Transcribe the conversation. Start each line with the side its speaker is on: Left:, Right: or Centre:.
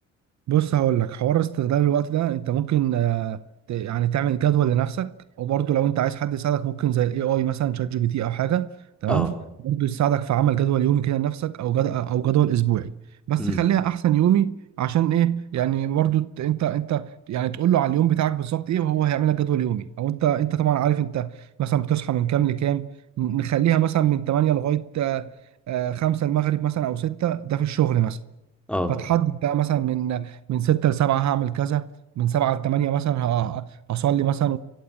Right: بص هقول لك حوار استغلال الوقت ده انت ممكن آه، ت- يعني تعمل جدول لنفسك وبرضه لو انت عايز حد يساعدك ممكن زي الاي اي مثلا شات جي بي تي او حاجه تمام
Centre: اه
Right: برضه يساعدك في عمل جدول يومي كده لنفسك او جد... او جدول اسبوعي بس
Centre: امم
Right: خليها احسن يومي عشان ايه يعني برضه ت- انت انت يعني تقول له على اليوم بتاعك بالظبط ايه وهو هيعمل لك جدول يومي او انت انت طبعا عارف انت مثلا بتصحى من كام لكام نخليها مثلا من 8 لغايه آه، آه، 5 المغرب مثلا او 6 ده في الشغل مثلا
Centre: اه
Right: فتحدد بقى مثلا من من 6 ل 7 هعمل كذا من 7 ل 8 مثلا ه- هصلي مثلا